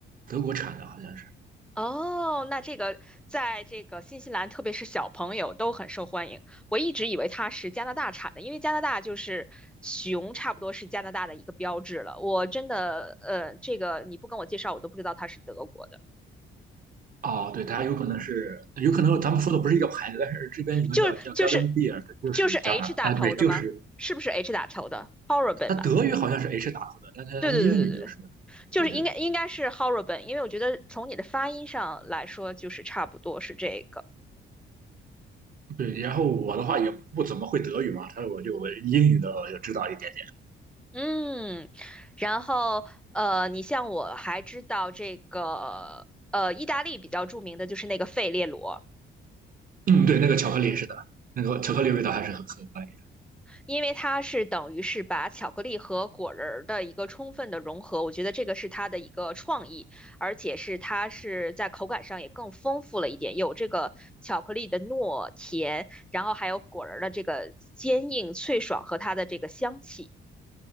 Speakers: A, on the right; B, in the centre.
A: 德国产的好像是。
B: 哦，那这个在这个新西兰，特别是小朋友都很受欢迎。我一直以为它是加拿大产的，因为加拿大就是熊，差不多是加拿大的一个标志了。我真的，呃，这个你不跟我介绍，我都不知道它是德国的。
A: 哦，对，它有可能是，有可能咱们说的不是一个牌子，但是这边有个叫叫
B: 就是就是
A: Garden Beer 的，就是加拿啊，
B: 就是 H 打头的吗？
A: 对，就是
B: 是不是 H 打头的 h o r r i b l
A: 他德语好像是
B: e 吧？
A: H 打头的，但他他英语就是，
B: 对对对对对，就是应该应该是
A: 对对
B: h o r r i b l e 因为我觉得从你的发音上来说，就是差不多是这个。
A: 对。然后我的话也不怎么会德语嘛，所以我就我英语的我就知道一点
B: 嗯，然后呃，你像我还知道这个呃，意大利比较著名的就是那个费列罗，
A: 点。嗯，对，那个巧克力是的，那个巧克力味道还是很很可以
B: 因为它是等于是把巧克力和果仁儿的一个充分的融合，我觉得这个是它的一个创意，而且是它是在口感上也更丰富了一点，有这个巧克力的糯甜，然后还有果仁儿的这个坚硬脆爽和它的这个香气。